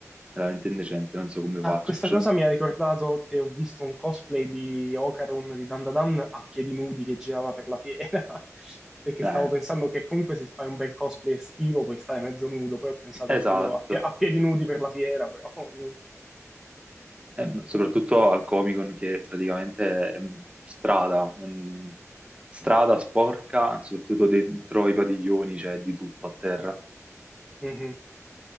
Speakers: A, on the right; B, in the centre.
A: veramente indecente, non so come faccio.
B: Ah, questa
A: Cioè,
B: cosa mi ha ricordato che ho visto un cosplay di Ocaron di Dandadan a piedi nudi che girava per la fiera, <laughs> perché
A: Eh,
B: stavo pensando che comunque se fai un bel cosplay estivo puoi stare mezzo nudo, poi ho pensato a
A: Esatto.
B: quello a, pie- a piedi nudi per la fiera, però... <laughs> non-
A: eh, ma soprattutto al Comic Con che praticamente è mh, strada, mh, strada sporca, soprattutto dentro i padiglioni, c'è di tutto a terra.
B: Mhm.